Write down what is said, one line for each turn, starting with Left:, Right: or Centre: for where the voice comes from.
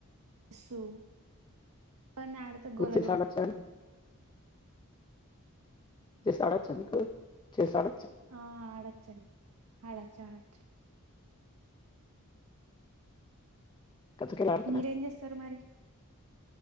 Right: సు ఇవన్నీ ఆడితే
Left: మీకు
Right: గోలగా
Left: చేసి ఆడొచ్చా
Right: ఉంటాయి
Left: అండి ఆట వచ్చా మీకు చెస్ ఆట
Right: ఆ ఆడొచ్చండి ఆడొచ్చు ఆడొచ్చు
Left: కచ్చకాయలు ఆడుతున్నా
Right: మీరేం చేస్తారు మరి